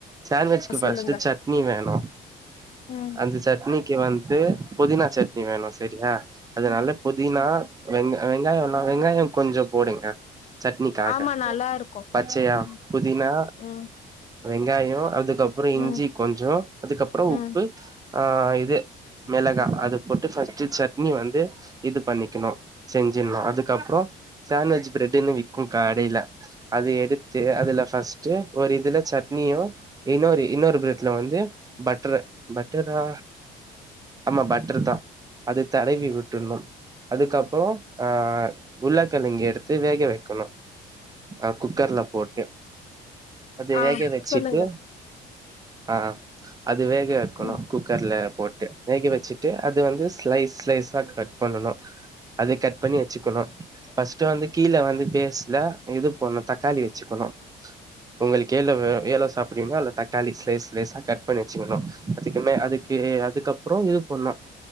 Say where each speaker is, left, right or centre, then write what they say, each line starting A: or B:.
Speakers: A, on the right; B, on the left.
A: சாண்ட்விச்க்கு பர்ஸ்ட்
B: சொல்லுங்க
A: சட்னி வேணு
B: ம்
A: அந்த சட்னிக்கி வந்து து புதினா சட்னி வேணு சேரியா அதனால புதினா வெங் வெங்காயனா வெங்காய கொஞ்ச போடுங்க சட் னிக்காட்ட
B: ஆமா நல்லா இருக்கு
A: பச்சயா
B: ம்
A: புதினா
B: ம்
A: வெங்காய அதுக்கப்புற இஞ்சி
B: ம்
A: கொஞ்ச அதுக்கப்புற உப்பு
B: ம்
A: ஆ இது மிளகா அது போட்டு ஃபஸ்ட் சட்னி வந்து இது பண்ணிக்கணு செஞ்சிடணு அதுக்கப்புற சாண்ட்விச் பிரெட்ன்னு வி கும் கடைல அது எடுத்து அதுல பஸ்ட் ஒரு இதுல சட்னியு இன்னொரு இன்னொரு பிரெட்ல வந்து பட்ரு பட்ரு தா ஆமா பட்ரு தா அது தடவி விட்றணு அதுக்கப்புற அ உள்ளக்கெழங்க எடுத்து வேக வ கணு ஆ குக்கர்ல போட்டு அது
B: ஆ
A: வேக வச்சுட்டு
B: சொல்லுங்க
A: ஆ அ அது வேக வக்கணு
B: ம்
A: குக்கர்ல போட் டு வேக வச்சுட்டு அது வந்து ஸ்லைஸ் ஸ்லைஸா கட் பண்ணனு அதை கட் பண்ணி வச்சுக்கணு பர்ஸ்ட் வந்து கீழ வந்து பேஸ்ல இது போடணு தக்காளி வச்சுக்கணு உங்களுக்கு எலோ வே எலோ சாப்ரீங்களோ அ தக்காளி ஸ்லைஸ் ஸ்லைஸா கட் பண்ணி வச்சுக்கணு அதுக்குமே அதுக்கு ஏ அதுக்கப்புற இது பண்ணு